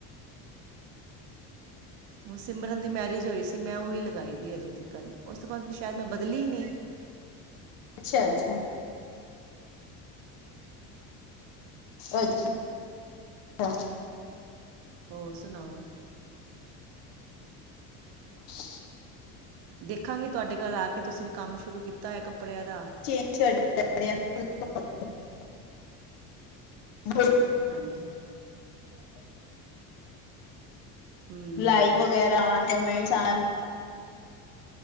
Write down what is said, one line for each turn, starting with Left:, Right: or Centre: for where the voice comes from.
Right: ਹੁ ਸਿਮਰਨ ਦੀ ਮੈਰਿਜ ਹੋਈ ਸੀ ਮੈਂ ਉਹੀ ਲਗਾਈ ਤੀ ਅਜੇ ਤੀਕਨ, ਉਸ ਤੋਂ ਬਾਅਦ ਸ਼ਾਇਦ ਮੈਂ ਬਦਲੀ ਨੀ।
Left: ਅੱਛਾ-ਅੱਛਾ। ਅੱਛਾ, ਆ
Right: ਹੋਰ ਸਣਾਓ?
Left: <inaudible>
Right: ਦੇਖਾਂਗੀ ਤੁਹਾਡੇ ਘਰ ਆ ਕੇ ਤੁਸੀਂ ਵੀ ਕੰਮ ਸ਼ੁਰੂ ਕੀਤਾ ਐ ਕੱਪੜਿਆਂ ਦਾ।
Left: <inaudible> <inaudible> <unintelligible>
Right: ਹਾਂਜੀ ਹੂੰ
Left: ਲਾਈਕ ਵਗੈਰਾ ਆਨ ਕਮੈਂਟਸ ਆਨ।